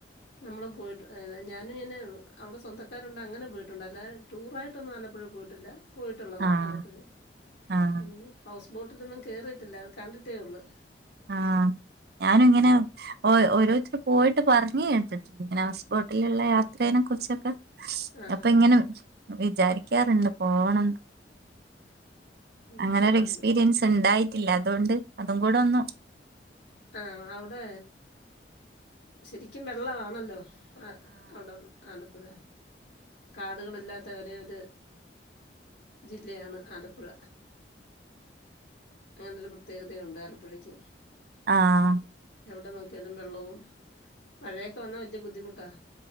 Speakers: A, on the left; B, on the right.
A: നമ്മളും പോയിട്ട് <unintelligible> ഞാനുങ്ങനെ അവടെ സ്വന്തക്കാരുണ്ട് അങ്ങനെ പോയിട്ടുണ്ട് അല്ലാതെ ടൂറായിട്ടൊന്നും ആലപ്പുഴേ പോയിട്ടില്ല. പോയിട്ടുള്ളതാ
B: ആഹ്
A: ആലപ്പുഴ്
B: ആഹ്
A: പിന്നെ ഹൗസ് ബോട്ടിലൊന്നും കയറിയിട്ടില്ല അത് കണ്ടിട്ടേ ഒള്ളൂ.
B: ആഹ് ഞാനുഇങ്ങനെ ഓ ഓരോ ച പോയിട്ട് പർഞ്ഞ് കേട്ടിട്ട്ണ്ട് ഇങ്ങനെ ഹൗസ് ബോട്ടില്ള്ള യാത്രേനെ കുറിച്ചൊക്കെ
A: ആഹാ
B: അപ്പ ങ്ങനെ വിചാരിക്കാറുണ്ട് പോണംന്ന്
A: ഉം
B: അങ്ങനൊരു എക്സ്പീരിയൻസ്
A: ആല
B: ഇണ്ടായി ഇല്ല അതൊണ്ട് അതും കൂടെ ഒന്നു
A: ആഹ് അവിടെ ശരിക്കും വെള്ളവാണല്ലോ ആഹ് അവിടെ ആലപ്പുഴ കാടുകളില്ലാത്ത ഒരേ ഒരു ജില്ലയാണ് ആലപ്പുഴ അങ്ങനെ ഒരു പ്രത്യേകതയുണ്ട് ആലപ്പുഴക്ക്
B: ആഹ്
A: എവിടെ നോക്കിയാലും വെള്ളവും മഴയൊക്കെ വന്നാൽ വലിയ ബുദ്ധിമുട്ടാ